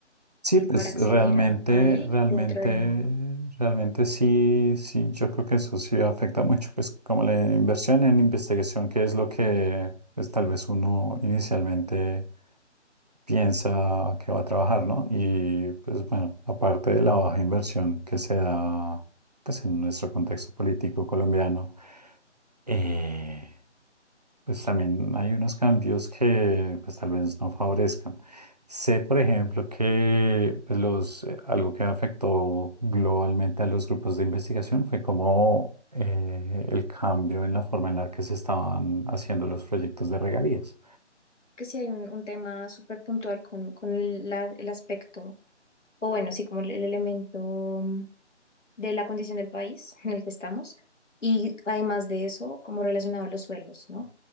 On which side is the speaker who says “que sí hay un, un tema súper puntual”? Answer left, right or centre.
Left